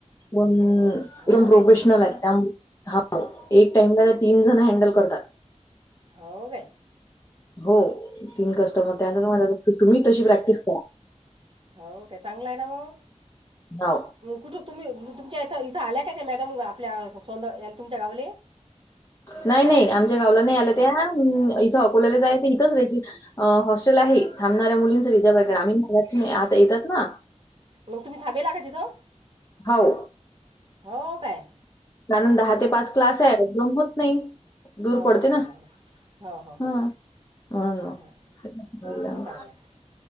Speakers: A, on the left; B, on the right.
A: पण एकदम
B: हो
A: प्रोफेशनल
B: काय
A: हायत त्या एक टाइमला त्या तीन
B: हां
A: जण हँडल करतात.
B: हो वे
A: हो तीन कस्टमर त्यांचा तुम्ही तशी प्रॅक्टिस करा.
B: हो काय चांगलंय ना मग
A: हो.
B: मग कुठं तुम्ही तुमच्या इथं इथं आल्या काय त्या मॅडम आपल्या सोंद याला तुमच्या गावले
A: नाही नाही आमच्या गावला नाही आल त्या इथं अकोल्याला जायच इथंच रेडी अ हॉस्टेल आहे थांबणाऱ्या मुलींसाठी ज्या ग्रामीण भागातून आता येतात ना.
B: मग तुम्ही थांबलेला का तिथं?
A: हाव
B: हो काय
A: कारण दहा ते पाच क्लास आहे जाऊन होत नाही. दूर
B: हो
A: पडते
B: हो चांगलं
A: ना
B: आहे हो हो हो
A: हा. हो
B: हां हां हो
A: ना
B: हो चांगलं आहे.